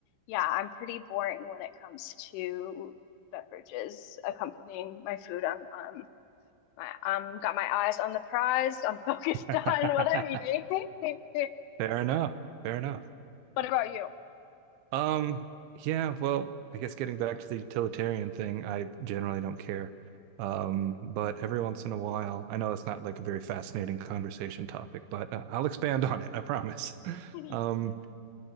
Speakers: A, on the left; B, on the right.
A: yeah, I'm pretty boring when it comes to beverages accompanying my food. I'm um my um got my eyes on the prize. I'm <laughs> focused
B: <laughs>
A: on what I'm eating. <laughs>
B: Fair enough. Fair enough.
A: What about you?
B: Um, yeah, well, I guess getting back to the utilitarian thing, I generally don't care. Um, but every once in a while, I know that's not like a very fascinating conversation topic, but uh, I'll expand on it, I promise. <laughs>
A: <laughs>
B: Um,